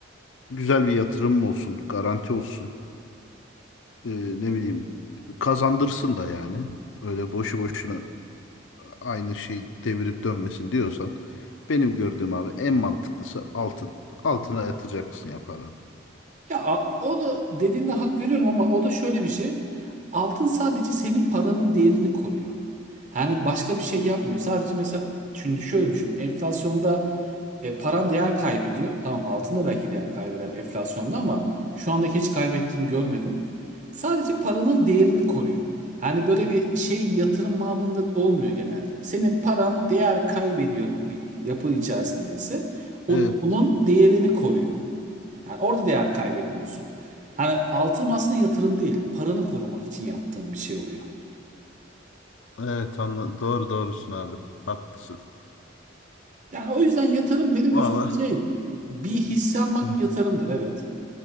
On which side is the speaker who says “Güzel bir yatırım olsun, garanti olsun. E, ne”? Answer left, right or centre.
Left